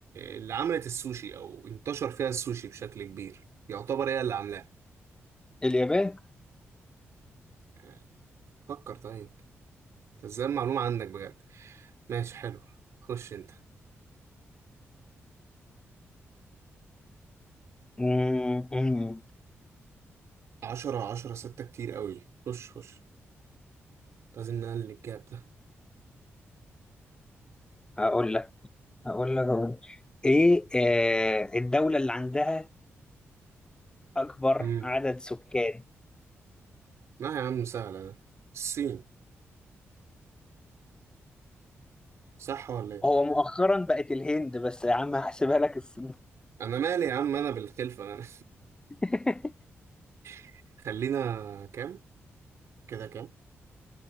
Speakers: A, on the right; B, on the left.
A: اللي عملت السوشي او انتشر فيها السوشي بشكل كبير يعتبر هي اللي عاملاه
B: اليابان
A: آه، فكر طيب انت ازاي المعلومة عندك بجد ماشي حلو خش انت
B: مم، مم،
A: عشرة عشرة ستة كتير قوي خش خش لازم نقلل الجاب ده
B: هقول لك هقول لك هقول لك إيه آه الدولة اللي عندها أكبر
A: مم.
B: عدد سكان
A: لا يا عم سهلة ده الصين صح ولا ايه
B: هو مؤخرا بقت الهند بس يا عم هحسبها لك الصين
A: انا مالي يا عم انا بالخلفة انا
B: <laughs>
A: <laughs> خلينا كام كده كام